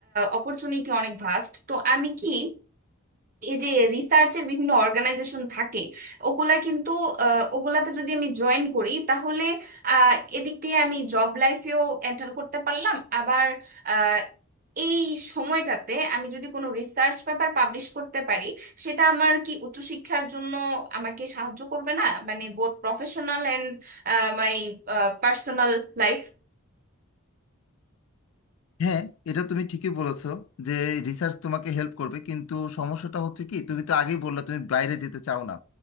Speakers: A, on the right (about 40°); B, on the left (about 70°).
A: অপরচুনিটি অনেক ভাস্ট তো আমি কি এই যে রিসার্চের বিভিন্ন অর্গানাইজেশন থাকে ওগুলা কিন্তু আহ, ওগুলাতে যদি আমি জয়েন করি তাহলে আহ, এদিক দিয়ে আমি জব লাইফেও এন্টার করতে পারলাম আবার আহ, এই সময়টাতে আমি যদি কোনো রিসার্চ পেপার পাবলিশ করতে পারি সেটা আমার কি উচ্চশিক্ষার জন্য আমাকে সাহায্য করবে না মানে both professional and my personal life
B: হ্যাঁ এটা তুমি ঠিকই বলেছো যে রিসার্চ তোমাকে হেল্প করবে কিন্তু সমস্যাটা হচ্ছে কি তুমি তো আগেই বললে তুমি বাইরে যেতে চাও না